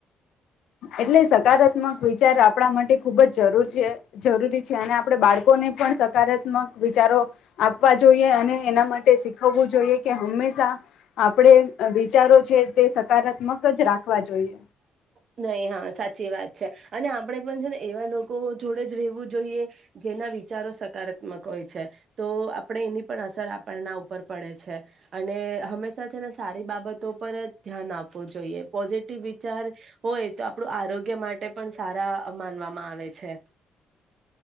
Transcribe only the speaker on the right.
નહી, હા. સાચી વાત છે, અને આપણે પણ છે ને એવા લોકો જોડે જ રહેવું જોઈએ, જેના વિચારો સકારાત્મક હોય છે તો આપણે એની પણ અસર આપણના ઉપર પડે છે, અને હંમેશા છેને સારી બાબતો પર જ ધ્યાન આપવું જોઈએ પોઝિટિવ વિચાર હોય, તો આપણું આરોગ્ય માટે પણ સારા માનવામાં આવે છે.